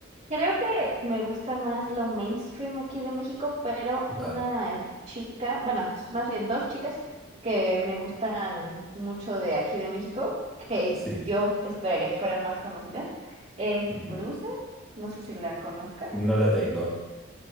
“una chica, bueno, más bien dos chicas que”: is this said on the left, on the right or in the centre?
Right